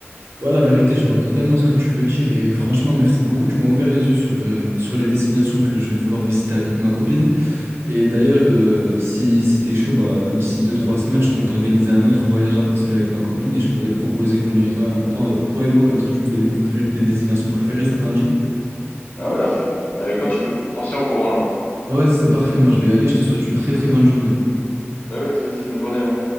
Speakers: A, on the right (about 75°); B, on the left (about 45°).
A: Ouais, la vérité, je vois totalement ce que tu veux dire et franchement, merci beaucoup. Tu m'as ouvert les yeux sur, euh, sur les destinations que je vais vouloir visiter avec ma copine. Et d'ailleurs, euh, si, si t'es chaud, bah, d'ici deux trois semaines, je compte organiser un autre voyage à part celui avec ma copine et je pourrais te proposer qu'on y aille toi, toi, toi et moi, comme ça tu me fais découvrir une de tes destinations préférées, ça t'en dit?
B: Ah ouais, à fond, bah quand tu veux. On se tient au courant alors.
A: Bah, vas-y, c'est parfait, moi je vais y aller, je te souhaite une très très bonne journée.
B: Bah ouais, toi aussi, bonne journée, hein.